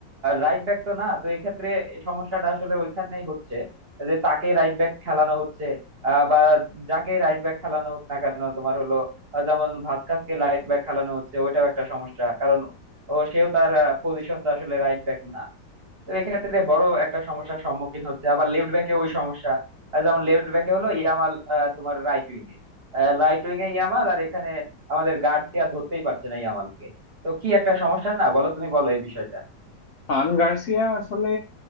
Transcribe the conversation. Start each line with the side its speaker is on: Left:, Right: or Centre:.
Right: রাইট ব্যাক তো না তো এক্ষেত্রে সমস্যাটা আসলে ওইখানেই হচ্ছে যে তাকে রাইট ব্যাক খেলানো হচ্ছে আহ, বা যাকে রাইট ব্যাক খেলানো হোক না কেন তোমার হলো আহ, যেমন ভাস্কাসকে রাইট ব্যাক খেলানো হচ্ছে ওইটাও একটা সমস্যা কারণ ও সেও তার পজিশন তো আসলে রাইট ব্যাক না তো এক্ষেত্রে বড় একটা সমস্যার সম্মুখীন হচ্ছে আবার লেফট ব্যাকে ওই সমস্যা আহ, যেমন লেফট ব্যাকে হলো ইয়ামাল আহ, তোমার রাইট উইং এ রাইট উইং এ ইয়ামাল আর এখানে আমাদের গার্ড আর ধরতেই পারছে না ইয়ামালকে তো কি একটা সমস্যা না বলো তুমি বলো এই বিষয়টা
Left: ফ্রান গার্সিয়া আসলে